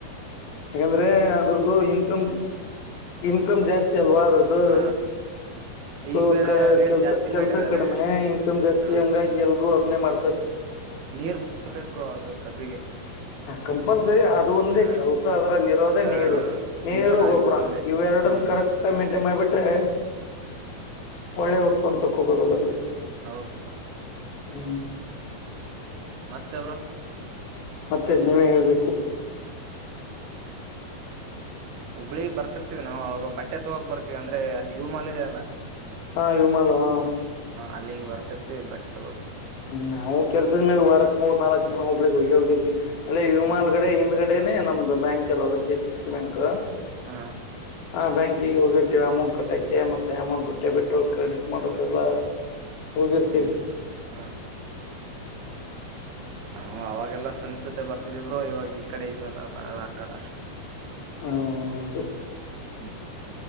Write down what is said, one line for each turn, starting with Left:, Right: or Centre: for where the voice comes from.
Left: ಯಾಕಂದ್ರೆ ಅದ್ರದ್ದು ಇನ್ಕಮ್ ಇನ್ಕಮ್ ಜಾಸ್ತಿ ಅಲ್ವಾ ಅದ್ರ್ದು
Right: ಹ
Left: ಸೊ
Right: ಈಗ ಬೇರೆ ರೇಟ್
Left: ಕೆಲ್ಸ
Right: ಜಾಸ್ತಿ
Left: ಕೆಲ್ಸ
Right: ಮಾಡಿದ್ದಾರೆ
Left: ಕಡಿಮೆ ಇನ್ಕಮ್ ಜಾಸ್ತಿ
Right: ಹ್ಮ
Left: ಹಂಗಾಗಿ ಎಲ್ರೂ ಅದನ್ನೇ ಮಾಡ್ತಾರೆ
Right: ನೀರ್ ಬೇಕು ಬ್ರೋ ಅದು ಕಬ್ಬಿಗೆ
Left: ಕಂಪಲ್ಸರಿ ಅದು ಒಂದೇ
Right: ಹ
Left: ಕೆಲ್ಸ ಅದ್ರಲ್ಲಿ ಇರೋದೇ
Right: ಹ
Left: ನೀರು ನೀರು
Right: ನೀರ್ ಹಾಯಿಸೋದ
Left: ಗೊಬ್ಬರ
Right: ಒಂದೇ
Left: ಇವೆರಡನ್
Right: ಹ್ಮ್
Left: ಕರೆಕ್ಟ್ಮೆಂ ಅಡಿ ಮಾಡ್ ಬಿಿಟ್ರೆ ಒಳ್ಳೆ ಉತ್ಪನ್ನ ತಕೋಬಹುದು ಅದರಲ್ಲಿ
Right: ಹೌದ ಬ್ರ
Left: ಹ್ಮ
Right: ಮತ್ತೆವರು
Left: ಮತ್ತೆ ನೀವೇ ಹೇಳ್ಬೇಕು <inaudible>
Right: ಹುಬ್ಳಿಗ್ ಬರ್ತಿರ್ತಿೀವಿ ನಾವು ಅವಾಗ ಬಟ್ಟೆ ತಗೋಕ್ ಬರ್ತಿೀವಿ ಅಂದ್ರೆ ಅಲ್ಲಿ ಇವ ಮಾಲ್ಿದ ಅಲ್ಲಾ
Left: ಹಾ ವಿಮಾಲ ಹ
Right: ಅಲ್ಲಿಗೆ ಬರ್ತಿರ್ತಿೀ ಬಟ್ ತಗೋ
Left: ್ಮ್ ನಾವು ಕೆಲ್ಸದ ಮೇಲೆ ವಾರಕ್ ಮೂರ್ ನಾಲ್ಕ್ ಜನ ಹೋಗ್ಲಿಕ್ಕೆ ಹೋಗಿ ಹೋಗಿರ್ತಿವಿ ಅಲ್ಲೇ ವಿಮಲ್ಗಡೆ
Right: ಹ
Left: ಹಿಂದ್ಗಡೆ ಅಡೇನೆ ನಮ್ದು ಬ್ಯಾಂಕ್ ಯರೋದು ಕೆಸ ಸಿ ಬ್ಯಾಂಕ್
Right: ಹಾ
Left: ಹಾ ಬ್ಯಾಂಕಿಗೆ ಹೋಗಿರ್ತೀವಿ ಅಮೌಂಟ್ ಕಟ್ಟಕೆ ಮತ್ತೆ ಅಮೌಂಟ್ ಡೆಬಿಟ್ ಕ್ರೆಡಿಟ್ ಮಾಡಕ ಎಲ್ಲ ಹೋಗಿರ್ತೀವಿ
Right: ಹ ಹ ನಾವು ಅವಾಗೆಲ್ಲ ಫ್ರೆಂಡ್ಸ್ ಜೊತೆ ಬರ್ತಿದೀವ್ರೋ ಇವಾಗ ಈ ಕಡೆ ಇದೀವಲ್ಲ ಬರದಗಲ್ಲ ಅಷ್ಟು
Left: ಹ
Right: ಹ್ಮ್ ಹ್ಮ್